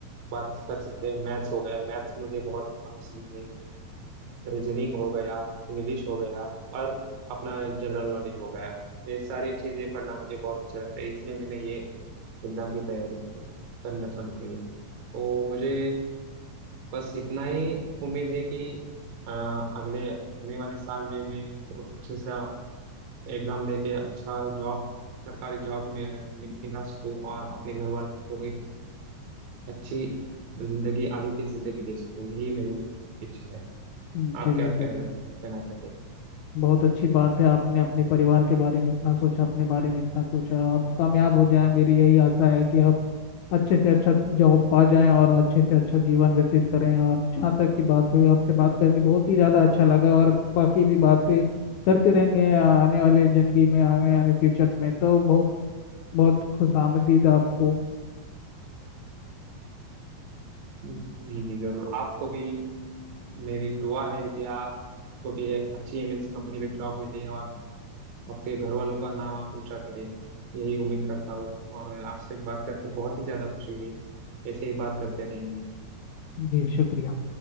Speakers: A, on the right; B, on the left.
A: बात कर सकते हैं मैथ्स हो गया मैथ्स मुझे बहुत पसंद है रीजनिंग हो गया इंग्लिश हो गया और अपना जनरल नॉलेज हो गया ये सारी चीजें पढ़ना मुझे बहुत अच्छा लगता है इसलिए मैंने ये एग्जाम की तैयारी की करना चालू करी तो मुझे बस इतना ही उम्मीद है कि अ, अगले होने वाले साल में मैं को अच्छे से एग्जाम दे के अच्छा जॉब सरकारी जॉब में निकला सकूँ और अपने घर वालों को एक अच्छी जिंदगी आगे की जिंदगी दे सकूँ यही मेरी इच्छा है
B: हम्म, चलिए
A: आप क्या कह,
B: चलिए
A: कहना चाहते
B: बहुत अच्छी बात है आपने अपने परिवार के बारे में इतना सोचा अपने बारे में इतना सोचा आप कामयाब हो जाएं मेरी यही आशा है कि आप अच्छे से अच्छा जॉब पा जाएं और अच्छे से अच्छा जीवन व्यतीत करें और जहाँ तक की बात हुई आपसे बात करके बहुत ही ज़्यादा अच्छा लगा और बाकी भी बातें करते रहेंगे आने वाले ज़िंदगी में आने वाले फ्यूचर में तो बहुत बहुत खुश आपको
A: हैं जी जी जरूर आपको भी मेरी दुआ है कि आपको भी एक अच्छी एमएनसी कंपनी में जॉब मिले और आपके घर वालों का नाम आप ऊंचा करें यही उम्मीद करता हूँ और आपसे बात करके बहुत ही ज्यादा खुशी हुई ऐसे ही बात करते रहेंगे
B: जी शुक्रिया